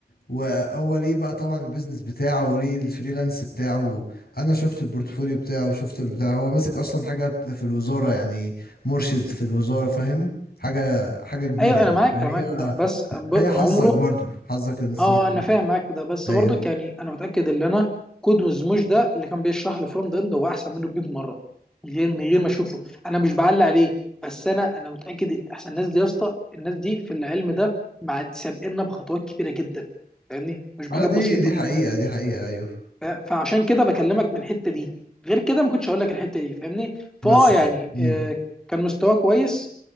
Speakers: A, on the left (about 70°); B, in the centre.
A: وهو ليه بقى طبعا البيزنس بتاعه وليه الفريلانس بتاعه انا شفت البورتفوليو بتاعه وشفت البتاع هو ماسك اصلا حاجة في الوزارة يعني مرشد في الوزارة فاهم حاجة حاجة كبيرة
B: ايوه
A: يعني
B: انا معاك
A: فهي
B: انا معاك بده. بس ب...
A: هي حظك
B: عمره
A: برضو حظك الانستراكتور
B: اه انا فاهم معاك في ده بس
A: ايوه
B: برضك يعني انا متاكد ان انا كود وزموش ده اللي كان بيشرح لي فرونت اند هو احسن منه ب 100 مره من غير من غير ما اشوفه انا مش بعلق عليه بس انا انا متاكد احسن الناس دي يا اسطى الناس دي في العلم ده مع سابقنا بخطوات كبيره جدا فاهمني مش بحاجات
A: اه دي
B: بسيطه
A: دي حقيقة دي حقيقة ايوه
B: ف- فعشان كده بكلمك من الحته دي غير كده ما كنتش هقول لك الحته دي فاهمني
A: بس
B: فاه يعني
A: مم.
B: آه، كان مستواه كويس